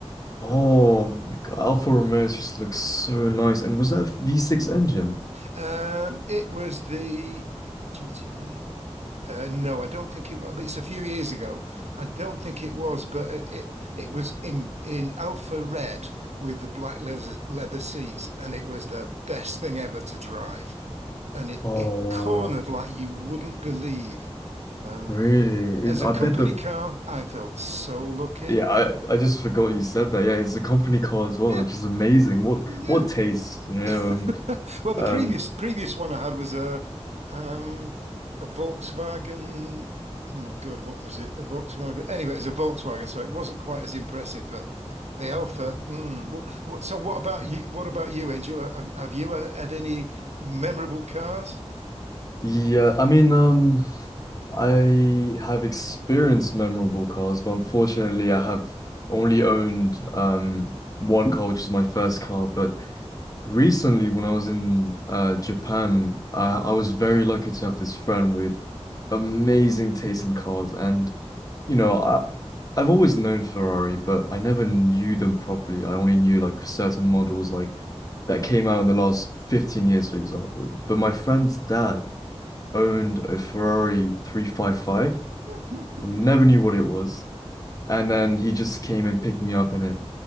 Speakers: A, on the left (about 35°); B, on the right (about 80°).
A: Oh, my God, Alfa Romeos just looks so nice. And was that a V6 engine?
B: Um, it was the GTD. Uh, no, I don't think it was. It's a few years ago. I don't think it was, but it it, it was in in alpha red with the black leather, leather seats, and it was the best thing ever to drive. And it
A: Oh,
B: it
A: wow.
B: cornered like you wouldn't believe. Um,
A: Really?
B: as
A: It- I
B: a company
A: bet the
B: car, I felt so lucky.
A: yeah, I, I just forgot you said that. Yeah, it's a company car as well,
B: Yeah,
A: which is amazing. What
B: yeah.
A: what taste, you know?
B: <laughs>
A: um,
B: Well, the
A: Um,
B: previous previous one I had was a um a Volkswagen. Oh God, what was it? A Volkswagen. Anyway, it's a Volkswagen, so it wasn't quite as impressive. But the Alpha. Mm, Wh- wh- so, what about you? What about you, Angel? Have, have you had had any memorable cars?
A: yeah, I mean, um, I have experienced memorable cars, but unfortunately, I have only owned um one car, which is my first car. But recently, when I was in uh Japan, I, I was very lucky to have this friend with amazing taste in cars, and you know, I I've always known Ferrari, but I never knew them properly. I only knew like certain models, like that came out in the last 15 years, for example. But my friend's dad owned a Ferrari 355
B: <laughs>
A: and never knew what it was. And then he just came and picked me up in it